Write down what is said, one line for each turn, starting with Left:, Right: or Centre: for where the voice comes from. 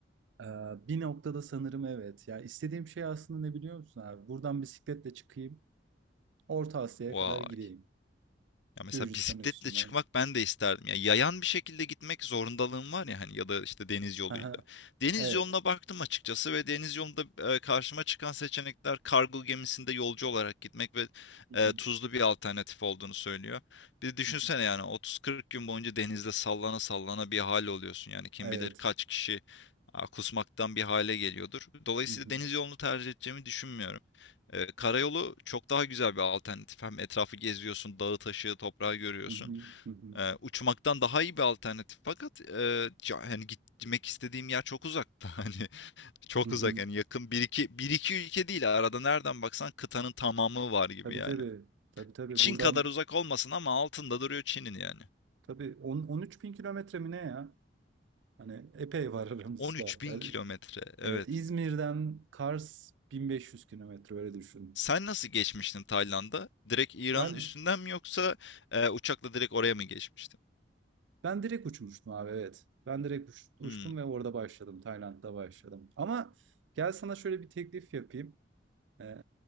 Right: e, bir noktada sanırım evet. Ya istediğim şey aslında ne biliyor musun abi? Buradan bisikletle çıkayım, Orta Asya'ya
Left: Vay.
Right: kadar gideyim.
Left: Ya mesela
Right: Gürcistan
Left: bisikletle
Right: üstünden.
Left: çıkmak ben de isterdim. Ya yayan bir şekilde gitmek zorundalığım var ya hani ya da işte deniz yoluyla.
Right: Aha,
Left: Deniz
Right: evet.
Left: yoluna baktım açıkçası ve deniz yolunda e, karşıma çıkan seçenekler kargo gemisinde yolcu olarak gitmek ve
Right: Hı hı,
Left: e, tuzlu bir alternatif olduğunu söylüyor. Bir de düşünsene
Right: hı hı.
Left: yani 30-40 gün boyunca denizde sallana sallana bir hal oluyorsun. Yani kim
Right: Evet.
Left: bilir kaç kişi a, kusmaktan bir hale geliyordur. Dolayısıyla
Right: Hı hı.
Left: deniz yolunu tercih edeceğimi düşünmüyorum. Ee, karayolu çok daha güzel bir alternatif. Hem etrafı geziyorsun, dağı taşı, toprağı görüyorsun.
Right: Hı hı. Hı hı.
Left: Ee, uçmaktan daha iyi bir alternatif. Fakat e, ca- hani gitmek istediğim yer çok uzakta. <laughs> Hani çok
Right: Hı hı.
Left: uzak yani yakın bir iki, bir iki ülke değil. Arada nereden baksan kıtanın tamamı var gibi
Right: Tabii
Left: yani.
Right: tabii. Tabii tabii.
Left: Çin
Right: Buradan
Left: kadar uzak olmasın ama altında duruyor Çin'in yani.
Right: tabii 10 13 bin kilometre mi ne ya? Hani epey var <laughs> aramızda.
Left: 13 bin
Right: Yani,
Left: kilometre. Evet.
Right: evet İzmir'den Kars 1500 kilometre öyle düşün.
Left: Sen nasıl geçmiştin Tayland'a? Direkt İran'ın
Right: Ben
Left: üstünden mi yoksa e, uçakla direkt oraya mı geçmiştin?
Right: ben direkt uçmuştum abi evet. Ben direkt uç- uçtum
Left: Hmm.
Right: ve orada başladım. Tayland'da başladım. Ama gel sana şöyle bir teklif yapayım. Ee,